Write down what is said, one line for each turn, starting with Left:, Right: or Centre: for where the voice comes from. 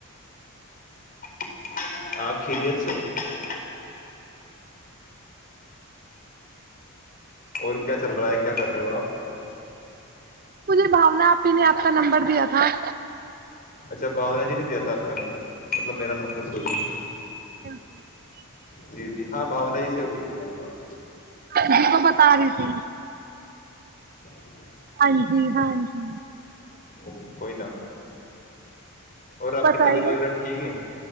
Left: <inaudible> آپ خریت سے ہے اور کیا چل رہا ہے کیا کر رہے ہو آپ
Right: بانا آپی نے آپ کا نمبر دیا تھا <inaudible>
Left: اچھا باونا جی نہیں دیا تھا آپ کا نمبر مطلب میرا نمبر سوری
Right: <inaudible>
Left: جی جی ہاں بھانا ہی سے ہوئی تھی میری بات
Right: جی وہ بتا رہی تھی
Left: <inaudible> <inaudible>
Right: ہاں جی ہاں جی
Left: او کوئی نا اور آپ
Right: بتائیے
Left: کی طبیعت وغیرہ ٹھیک ہے